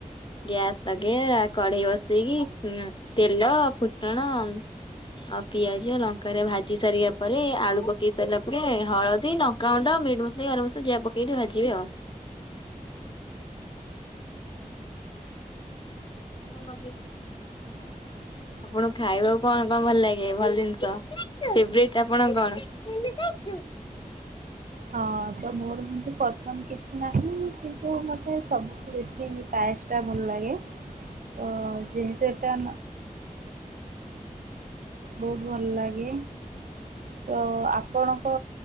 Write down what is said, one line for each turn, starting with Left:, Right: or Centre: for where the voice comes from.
Left: ଗ୍ୟାସ୍ ଲଗେଇବା କଢେଇ ବସେଇକି ତେଲ ଫୁଟଣ। ଅପ୍ ପିଆଜ ଲଙ୍କାରେ ଭାଜି ସାରିଆ ପରେ ଆଳୁ ପକେଇ ସାରିଲା ପରେ ହଳଦୀ ଲଙ୍କାଗୁଣ୍ଡ ମିଟ୍ ମ <unintelligible> ହଁ ଲାଗିଛି।
Right: ହଁ
Left: ଆପଣଙ୍କୁ ଖାଇବାକୁ କଣ କଣ ଭଲ ଲାଗେ ଭଲ ଜିନିଷ ଫେବରାଇଟ ଆପଣଙ୍କ କଣ? <unintelligible>
Right: ହଁ ତ ମୋର ଏମିତି ପସନ୍ଦ କିଛି ନାହିଁ କିନ୍ତୁ ମତେ ସବୁଠୁ ବେଶୀ ପାଏସଟା ଭଲ ଲାଗେ ତ ଯେହେତୁ ଏଟା ବହୁତ ଭଲ ଲାଗେ। ତ ଆପଣଙ୍କ